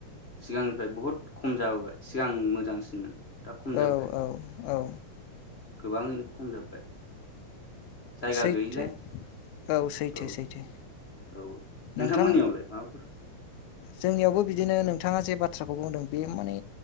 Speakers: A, on the left (about 40°); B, on the left (about 85°).
A: सिगांनिफ्राय बहुद खम जाबोबाय सिगां मोजांसिनमोन दा खम जाबोबाय
B: औ औ औ
A: गोबाङानो खम जाबोबाय जायगा
B: सैथो
A: गैयलाय
B: औ सैथो
A: औ-औ
B: सैथो
A: नोंथांमोननियावलाय
B: नोंथां
A: माबाफोर
B: जोंनियावबो बिदिनो नोंथाङा जे बाथ्राखौ बुंदों बे माने